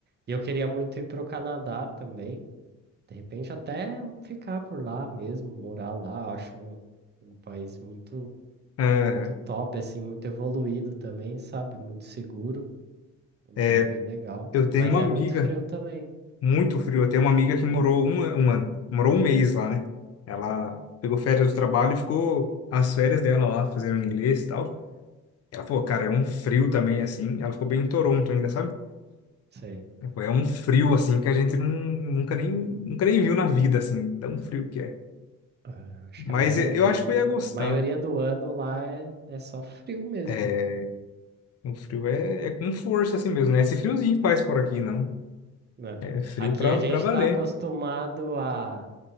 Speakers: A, on the right; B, on the left.
A: E eu queria muito ir pro Canadá também. De repente até ficar por lá mesmo, morar lá. Eu Acho um, um país muito,
B: Aham.
A: muito top, assim, muito evoluído também, sabe? Muito seguro, um lugar
B: É,
A: bem legal.
B: eu tenho
A: Mas
B: uma
A: é
B: amiga,
A: muito frio também,
B: muito frio. Eu tenho uma amiga que morou um, an- um ano, morou um mês lá, né? Ela pegou férias do trabalho e ficou as férias dela lá, fazendo inglês e tal. Ela falou, cara, é um frio também, assim. Ela ficou bem em Toronto ainda, sabe?
A: sei.
B: Tipo, É um frio assim que a gente não, nunca nem, nunca nem viu na vida, assim, tão frio que é.
A: Ah, Acho
B: Mas
A: que a maioria,
B: e- eu acho
A: lá-
B: que eu ia gostar.
A: maioria do ano lá é, é só frio mesmo,
B: É, O frio é, é com força assim mesmo, né? Esse friozinho que faz por aqui, não.
A: né?
B: É frio
A: Aqui
B: pra,
A: a gente
B: pra valer.
A: tá acostumado a